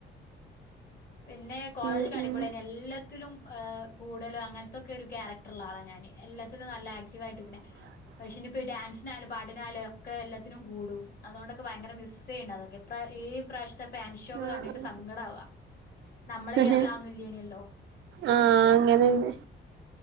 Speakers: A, on the left; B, on the right.
A: പിന്നെ കോളേജ്
B: ഉം
A: ക്കെ അടിപൊളിയായിന്
B: ഉം
A: യെല്ലത്തിലും ഏഹ് കൂടലു അങ്ങനത്തക്കെ ഒരു ക്യാരക്ടറുള്ള ആളാണ് ഞാന് എല്ലാത്തിലും നല്ല ആക്റ്റീവ് ആയിട്ട്ക്കണെ
B: ഉം
A: പക്ഷേ ഇനിയിപ്പോ ഡാൻസിനായാലും പാട്ടിനായാലുംക്കെ എല്ലാത്തിനും കൂടും അതുകൊണ്ടക്കെ ഭയങ്കര മിസ്യ്യുന്നുണ്ട് അതൊക്കെ പ്ര ഈ പ്രാവശ്യത്തെ ഫാൻഷോ ഒക്കെ
B: ആഹ്
A: കണ്ടിട്ട് സങ്കടാവ നമ്മളെ
B: ആഹ്
A: ഇയർലാവ്ന്നില്ലേനിയല്ലോ
B: ആഹ്
A: ഷോ
B: അങ്ങനെന്നെ